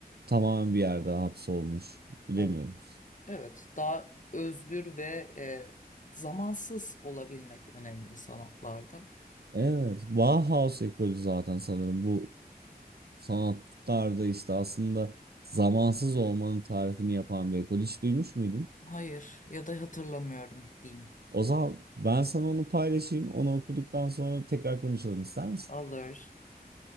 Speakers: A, on the right (about 75°); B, on the left (about 50°).
A: Tamamen bir yerde hapsolmuş. Bilemiyorum.
B: Evet. Evet, daha özgür ve e, zamansız olabilmek önemli sanatlarda.
A: Evet, Bauhaus ekolü zaten sanırım bu sanatlarda işte aslında zamansız olmanın tarifini yapan bir ekol. Hiç duymuş muydun?
B: Hayır ya da hatırlamıyorum diyeyim.
A: O zaman ben sana onu paylaşayım. Onu okuduktan sonra tekrar konuşalım ister misin?
B: Olur.